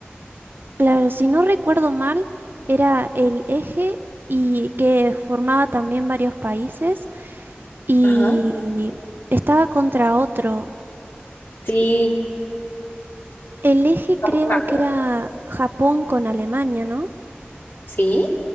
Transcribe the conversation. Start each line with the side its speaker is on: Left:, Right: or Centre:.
Right: Claro, si no recuerdo mal, era el eje y que formaba también varios países y
Left: Ajá.
Right: estaba contra otro.
Left: Sí,
Right: El eje
Left: Tampoco
Right: creo
Left: me acuerdo.
Right: que era Japón con Alemania, ¿no?
Left: sí.